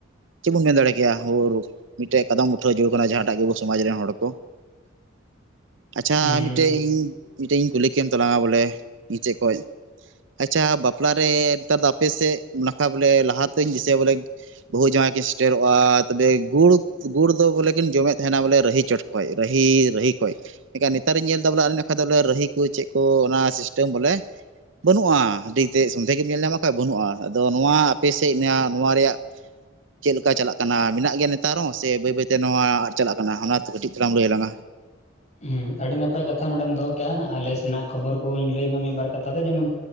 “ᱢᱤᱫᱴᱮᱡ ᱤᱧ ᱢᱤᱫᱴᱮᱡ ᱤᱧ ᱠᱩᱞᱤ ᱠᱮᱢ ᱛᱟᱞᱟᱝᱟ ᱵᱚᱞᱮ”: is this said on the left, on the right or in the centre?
Right